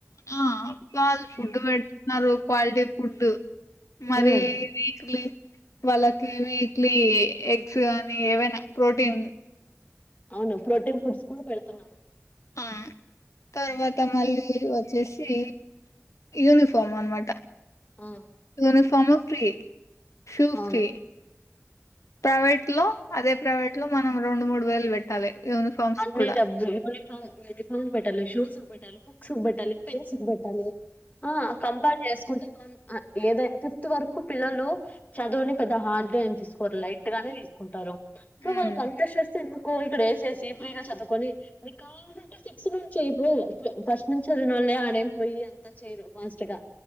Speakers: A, on the left; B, on the left.
A: ఆ వాళ్ళు ఫుడ్ పెడుతున్నారు క్వాలిటీ ఫుడ్ మరి
B: మ్మ్
A: వీక్లీ వాళ్ళకి వీక్లీ ఎగ్స్ కానీ ఏవైనా ప్రోటీన్
B: అవును ప్రోటీన్ ఫుడ్స్ కూడా పెడుతున్నాను
A: ఆ తర్వాత మళ్ళీ వచ్చేసి యూనిఫామ్ అనమాట
B: హుమ్
A: యూనిఫార్మ్ ఫ్రీ షూ
B: అవును
A: ఫ్రీ ప్రైవేట్ లో అదే ప్రైవేట్ లో మనం రెండు మూడు వేలు పెట్టాలి యూనిఫామ్స్
B: అన్ని
A: కూడా
B: డబ్బు మేడమ్ మేము ఫీజు కట్టాలి, షూస్ కి పెట్టాలి, బుక్స్ కి పెట్టాలి, పెన్స్ కి పెట్టాలి. ఆ కంపేర్ చేసుకుంటే ఏద ఫిఫ్త్ వరకు పిల్లలు చదువుని పెద్ద హార్డ్ గా ఏం తీసుకోవరు లైట్ గానే తీసు టారు సో
A: ఉమ్
B: వాళ్ళ అంత శాస్తి ఎందుకు కొ ఇక్కడ ఎసేసి ఫ్రీగా చదువుకొని నీకు కావాలంటే సిక్స్ నుంచి ఇప్పుడు ఫస్ట్ నుంచి చదివిన వాళ్ళే ఆడేం పోయి అంతా చేయరు ఫాస్ట్ గా